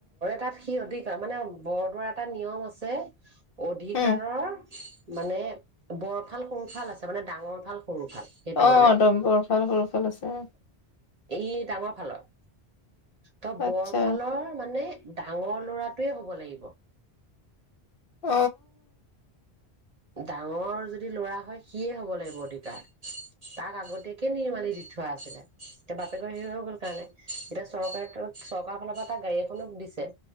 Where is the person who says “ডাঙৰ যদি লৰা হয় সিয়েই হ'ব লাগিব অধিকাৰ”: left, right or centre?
Right